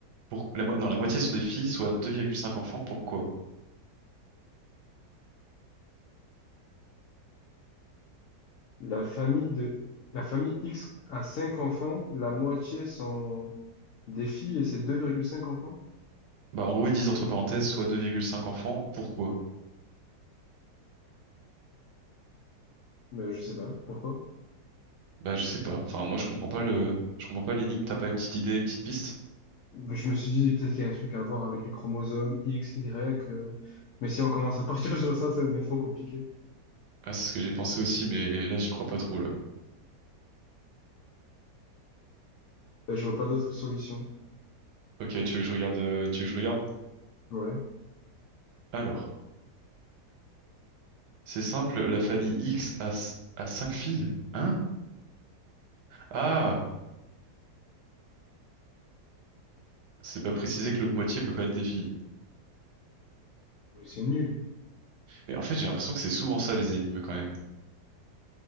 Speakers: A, on the right; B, on the left.
A: Pour... La mo- Non, la moitié sont des filles, soit 2,5 enfants. Pourquoi?
B: La famille de, la famille X a cinq enfants, la moitié sont des filles et c'est deux virgule cinq enfants.
A: Bah, en gros, ils disent entre parenthèses, soit 2,5 enfants. Pourquoi?
B: Mais je sais pas pourquoi.
A: Bah, je sais pas. Enfin, moi, je comprends pas le, je comprends pas l'énigme. T'as pas une petite idée, une petite piste?
B: Ben, je me suis dit, peut-être qu'il y a un truc à voir avec les chromosomes X, Y. euh, Mais si on commence à partir <laughs> sur ça, ça devient trop compliqué.
A: Ah, c'est ce que j'ai pensé aussi, mais là, j'y crois pas trop, là.
B: Ben, je vois pas d'autre solution.
A: Ok, tu veux que je regarde, euh, tu veux que je regarde?
B: Ouais.
A: Alors, c'est simple, la famille X a, s- a 5 filles. Hein? Ah! C'est pas précisé que l'autre moitié peut pas être des filles.
B: Mais C'est nul.
A: Mais en fait, j'ai l'impression que c'est souvent ça, les énigmes, quand même.